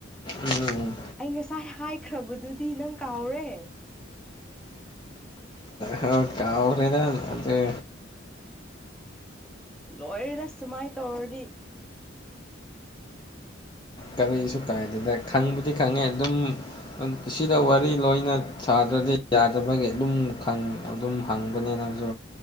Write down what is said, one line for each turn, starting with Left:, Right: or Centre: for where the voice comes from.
Left: ꯎꯝ
Centre: ꯑꯩ ꯉꯁꯥꯏ ꯍꯥꯏꯈ꯭ꯔꯕꯗꯨꯗꯤ ꯅꯪ ꯀꯥꯎꯔꯦ
Left: ꯍ ꯀꯥꯎ꯭ꯔꯦꯗ ꯑꯗꯨꯗ
Centre: ꯂꯣꯏꯔꯤꯗ ꯁꯨꯃꯥꯏ ꯇꯧꯔꯤ
Left: ꯀꯔꯤꯁꯨ ꯀꯥꯏꯗꯅ ꯈꯪꯕꯨꯗꯤ ꯈꯪꯉꯦ ꯑꯗꯨꯝ ꯁꯤꯗ ꯋꯥꯔꯤ ꯂꯣꯏꯅ ꯁꯥꯗ꯭ꯔꯗꯤ ꯌꯥꯗꯕꯒꯤ ꯑꯗꯨꯝ ꯑꯗꯨꯝ ꯍꯪꯕꯅꯦ ꯅꯪꯁꯨ